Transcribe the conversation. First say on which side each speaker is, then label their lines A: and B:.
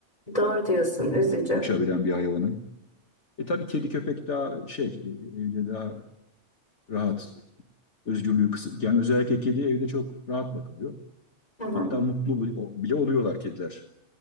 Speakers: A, on the left; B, on the left.
A: Doğru diyorsun üzücü.
B: Uçabilen bir hayvanın. E tabii kedi köpek daha şey e, evde daha rahat, özgürlüğü kısıt. Yani özellikle kedi evde çok rahat bakılıyor.
A: Hı hı.
B: Hatta mutlu bile- oluyorlar kediler.